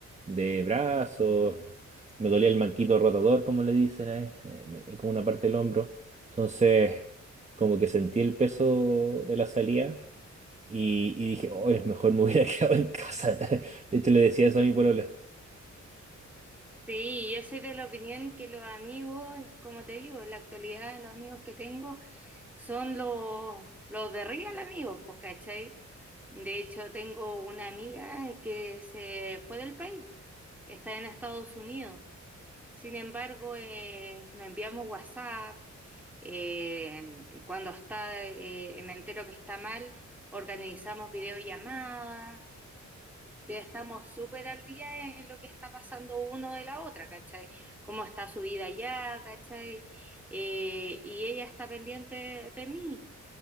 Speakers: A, on the right; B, in the centre.
A: De brazos, me dolía el manquito rotador, como le dicen, ¿eh? Eh, me- eh, como una parte del hombro. Entonces, como que sentí el peso de la salida. Y, y dije, oh, es mejor me hubiera <laughs> quedado en casa. De hecho, le decía eso a mi polola.
B: Sí, yo soy de la opinión que los amigos, es como te digo, en la actualidad los amigos que tengo son los, los de real amigos, pues, ¿cachai? De hecho, tengo una amiga que se fue del país, está en Estados Unidos. Sin embargo, eh, nos enviamos WhatsApp, eh, cuando está, eh, me entero que está mal, organizamos videollamadas de- estamos súper al día en, en lo que está pasando uno de la otra, ¿cachai? Cómo está su vida allá, ¿cachai? Eh, y ella está pendiente de mí.